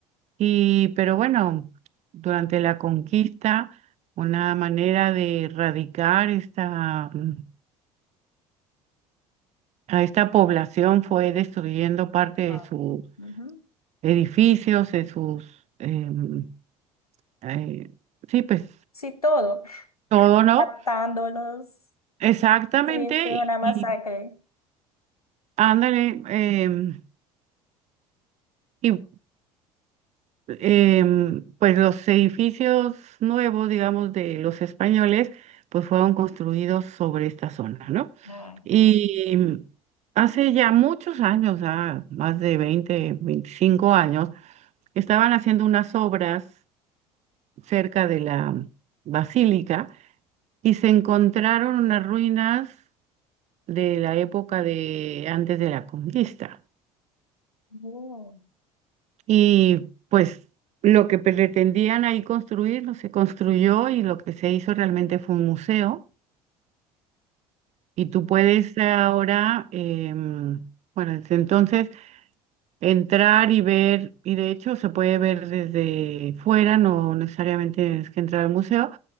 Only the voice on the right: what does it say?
Y, pero bueno, durante la conquista, una manera de erradicar esta, mm, a esta población fue destruyendo parte
de sus
edificios, de sus... em, eh, sí, pues
todo, ¿no?
Exactamente,
y,
y ándale, em, y em, pues los edificios nuevos, digamos, de los españoles, pues fueron construidos sobre esta zona, ¿no?
Y hace ya muchos años, ah, más de 20 25 años, estaban haciendo unas obras cerca de la basílica y se encontraron unas ruinas de la época de antes de la conquista.
Y pues lo que pretendían ahí construir no se construyó y lo que se hizo realmente fue un museo. Y tú puedes ahora, em, bueno, desde entonces entrar y ver, y de hecho se puede ver desde fuera, no necesariamente tienes que entrar al museo,